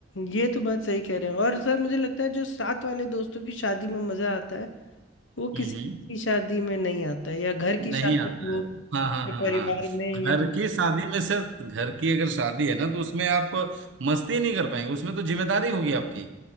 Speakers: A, on the left; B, on the right.
A: ये तो बात सही कह रहे हैं और सर मुझे लगता है जो साथ वाले दोस्तों की शादी में मजा आता है वो
B: हम्म
A: किसी
B: हम्म
A: की शादी में नहीं आता है या घर की
B: नहीं
A: शादी
B: आता
A: हो
B: है हाँ हाँ
A: या
B: हाँ
A: परिवार
B: हाँ
A: में
B: घर
A: या
B: की शादी में से घर की अगर शादी है ना तो उसमें आप मस्ती नहीं कर पाएंगे उसमें तो जिम्मेदारी होगी आपकी